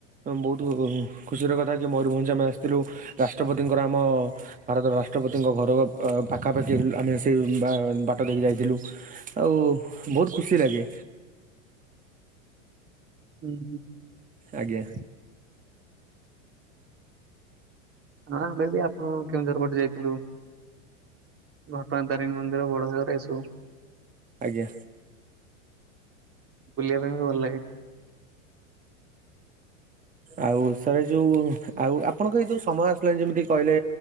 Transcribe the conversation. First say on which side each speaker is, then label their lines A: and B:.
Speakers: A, on the right; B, on the right.
A: ବହୁତ ଖୁସିର କଥା କି ମୟୂରଭଞ୍ଜ ଆମେ ଆସିଥିଲୁ ରାଷ୍ଟ୍ରପତିଙ୍କର ଆମ ଭାରତର ରାଷ୍ଟ୍ରପତିଙ୍କ ଘର ପ ପାଖାପାଖି ଆମେ ସେ ବା ବାଟ ଦେଇକି ଯାଇଥିଲୁ। ଆଉ ବହୁତ ଖୁସି ଲାଗେ।
B: ଉଁ ହୁଁ।
A: ଆଜ୍ଞା।
B: ହଁ ଆମେ ବି ଆପଣ କେଉଁଝର ପଟେ ଯାଇଥିଲୁ। ଘଟଗାଁ ତାରିଣୀ ମନ୍ଦିର, ବଡଘାଗରା ଏସବୁ।
A: ଆଜ୍ଞା।
B: ବୁଲିବା ପାଇଁ ବି ଭଲ ଲାଗେ।
A: ଆଉ ସାରେ ଯୋଉ ଆଉ ଆପଣଙ୍କ ଏଇ ଯୋଉ ସମୟ ଆସିଲାଣି ଯେମିତି କହିଲେ